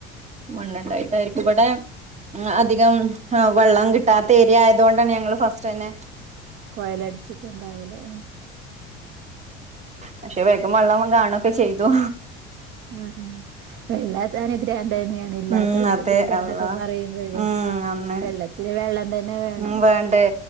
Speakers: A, on the right; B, on the right.
A: മണ്ണ്ണ്ടായിട്ടായിരിക്കും ഇബടെ അധികം വള്ളം കിട്ടാത്ത ഏര്യാ ആയതുകൊണ്ടാണ് ഞങ്ങൾ ഫസ്റ്റ് ന്നെ
B: കൊയലടിച്ചിട്ട് ണ്ടാവും ല്ലേ
A: പക്ഷേ വേഗം വള്ളം കാണൊക്കെ ചെയ്തു
B: മ് മ് വെള്ളം അനുഗ്രഹം ഇതെന്നയാണ് ഇല്ലാത്തോട്ത്ത്
A: ഉം അതെ
B: കിട്ടാ
A: അള്ളാ
B: ന്നൊക്കെ പറയുമ്പോയെ
A: ഉം അന്ന്
B: വെള്ളത്തിനു വെള്ളം തന്നെ വേണം
A: ഉം വേണ്ടേ